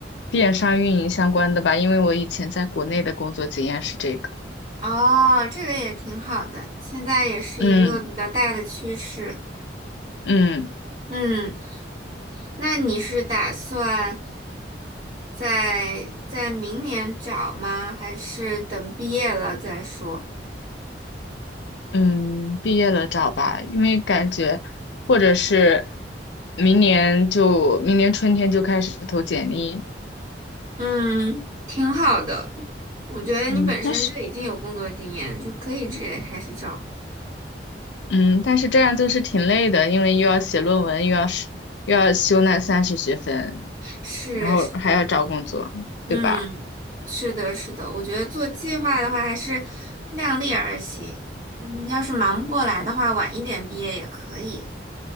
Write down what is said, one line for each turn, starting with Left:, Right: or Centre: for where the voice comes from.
Left: 电商运营相关的吧，因为我以前在国内的工作经验是这个。
Right: 哦，这个也挺好的，现在也是一个比较大的趋势。
Left: 嗯嗯。
Right: 嗯，那你是打算在在明年找吗？还是等毕业了再说？
Left: 嗯，毕业了找吧，因为感觉或者是明年就明年春天就开始投简历。
Right: 嗯，挺好的。我觉得你本身就已经有工作经验，
Left: 嗯，但是
Right: 就可以直接开始找。
Left: 嗯，但是这样就是挺累的，因为又要写论文，又要是又要修那三十学分，
Right: 是是，
Left: 然后还要找工作，
Right: 嗯，
Left: 对吧？
Right: 是的，是的。我觉得做计划的话，还是量力而行。嗯，要是忙不过来的话，晚一点毕业也可以。